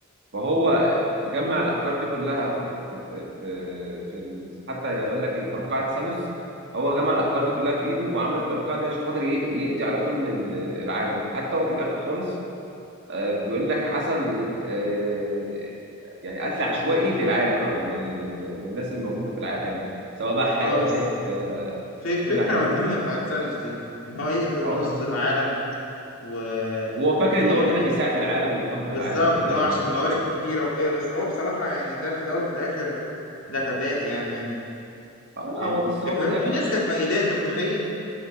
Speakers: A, on the right (about 55°); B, on the left (about 65°).
A: فهو جمع الأحجار دي كلها في في في في, في ال- حتى يقول لك ترقعة ثانوس هو جمع الأحجار دي كلها في إيده وعمل الترقعة دي عشان خاطر ي- يقضي على كل ال- العالم حتى هو في الآخر خالص آه، بيقول لك حصل آه، يعني قتل عشوائي للعالم أو لل- لل- للناس اللي موجودة في العالم سواء بقى حيوانات
B: اه بس
A: آه،
B: في- فكره
A: كل حاجة
B: مجنونه بتاعت ثانوس دي ان هو يقتل
A: عمر
B: نص العالم و...
A: وهو
B: وفي
A: فاكر إن
B: يعني
A: هو كده بيساعد العالم وبيطهر
B: بالظبط
A: العالم هو فاكر
B: ان هو
A: إن
B: عشان
A: هو كده
B: الموارد كتيره وكده بس هو بصراحه يعني ده في الاول وفي الاخر ده غباء يعني منه
A: اه لا
B: يعني
A: هو بص
B: ده
A: هو
B: كان-
A: في الآخر
B: في ناس كانت ميداه انت متخيل